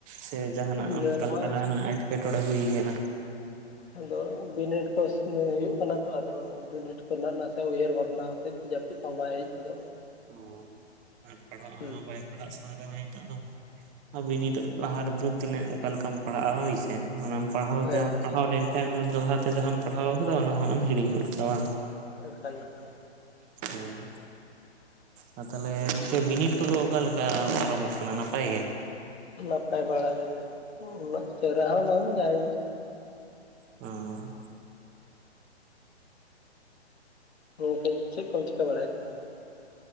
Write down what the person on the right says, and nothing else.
ᱥᱮ ᱡᱟᱦᱟᱸᱱᱟᱜ
ᱚᱱᱠᱟᱱᱟᱜ
ᱚᱱᱟ ᱮᱴᱠᱮᱴᱚᱬᱮ ᱦᱩᱭ ᱠᱟᱱᱟ?
ᱚ ᱟᱨ ᱯᱟᱲᱦᱟᱜᱼᱟ
ᱦᱚᱸ ᱵᱟᱭ ᱯᱟᱲᱦᱟᱜ ᱥᱟᱱᱟ ᱠᱟᱱᱟ ᱱᱤᱛᱚᱜ ᱫᱚ ᱟᱵᱤᱱᱤᱴ ᱞᱟᱦᱟ ᱨᱮᱫᱚ ᱛᱤᱱᱟᱹᱜ ᱚᱠᱟ ᱞᱮᱠᱟᱢ ᱯᱟᱲᱦᱟᱜᱼᱟ ᱦᱳᱭᱥᱮ᱾ ᱚᱱᱟᱢ ᱯᱟᱲᱦᱟᱣ
ᱡᱟᱢ ᱯᱟᱲᱦᱟᱣ ᱞᱮᱱᱠᱷᱟᱡ ᱫᱚᱲᱦᱟᱛᱮ ᱡᱟᱦᱟᱸᱟᱢ ᱯᱟᱲᱦᱟᱣ ᱠᱟᱫᱟ ᱚᱱᱟ ᱦᱚᱸᱢ ᱦᱤᱲᱤᱧ ᱜᱚᱫ ᱠᱟᱣᱟ ᱵᱟᱝ᱾
ᱦᱳᱭ ᱟᱨ ᱛᱟᱦᱚᱞᱮ ᱜᱚᱢᱠᱮ ᱵᱤᱱᱤᱰ ᱠᱚᱫᱚ ᱚᱠᱟᱞᱮᱠᱟ ᱯᱟᱨᱚᱢᱚᱜ ᱠᱟᱱᱟ ᱱᱟᱯᱟᱭ ᱜᱮ?
ᱚᱸ᱾